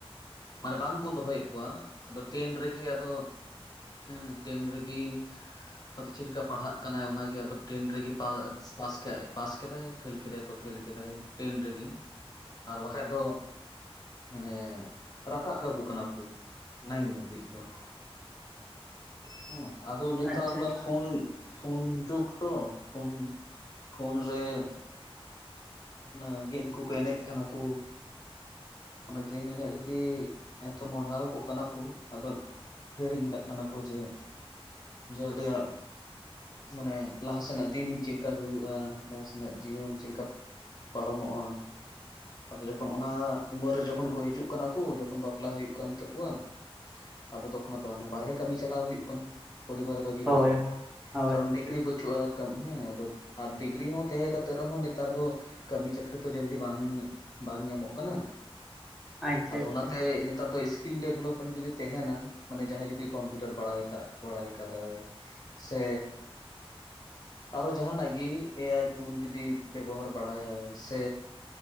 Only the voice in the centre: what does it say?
ᱟᱪᱪᱷᱟ
ᱦᱳᱭ
ᱦᱳᱭ
ᱟᱪᱪᱷᱟ
ᱟᱪᱪᱷᱟ